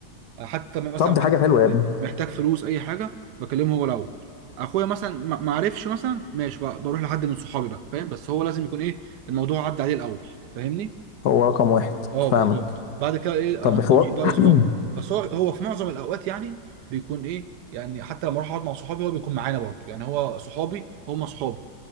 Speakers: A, on the right (about 65°); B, on the left (about 55°).
A: حتى لما مثلا
B: طب دي حاجه حلوه يا ابني
A: محتاج فلوس اي حاجه بكلمه هو الاول اخويا مثلا ما ما عرفش مثلا ماشي بقى بروح لحد من صحابي بقى فاهم بس هو لازم يكون ايه الموضوع عدى عليه الاول فاهمني
B: هو رقم واحد
A: اه بالظبط
B: فاهمك
A: بعد كده ايه آه،
B: طب هو
A: اروح بقى
B: <clears throat>
A: لاصحابي بس هو هو في معظم الاوقات يعني بيكون ايه يعني حتى لما اروح اقعد مع صحابي هو بيكون معانا برضه يعني هو صحابي هم صحابه